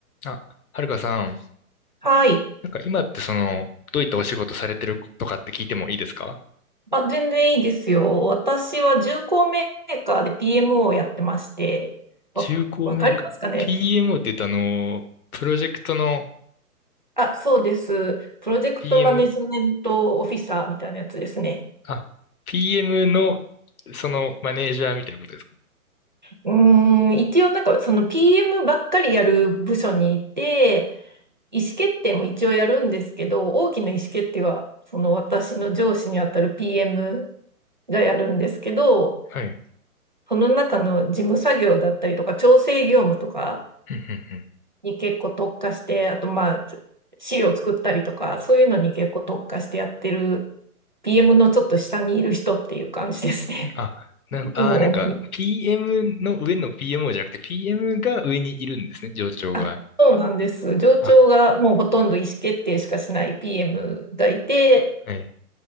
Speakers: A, on the left; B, on the right.
A: あ、はるかさん、
B: はい。
A: なんか今ってその、どういったお仕事されてるとかって聞いてもいいですか
B: あ、全然いいですよ。私は重工メーカーで p m をやってまして、
A: 中古メーカー。
B: わ、わかりますかね
A: PMO って言うとあの、プロジェクトの
B: あ、そうです。プロジェクトマネジメントオフィサーみたいなやつですね。
A: PM? あ、PM のそのマネージャーみたいなことですか
B: うーん、一応なんかその PM ばっかりやる部署にいて、意思決定も一応やるんですけど、大きな意思決定はその私の上司にあたる PM がやるんですけど、
A: はい。
B: その中の事務作業だったりとか調整業務とか、
A: うんうんうん。
B: に結構特化して、あとまあ、資料作ったりとか、そういうのに結構特化してやってる PM のちょっと下にいる人っていう感じですね。
A: あ、な、
B: <laughs> いつも主に。
A: あー、なんか PM の上の PMO じゃなくて PM が上にいるんですね、上長が。
B: あ、そうなんです。上長がもうほとんど意思決定しかしない
A: あ、
B: PM がいて、
A: はい。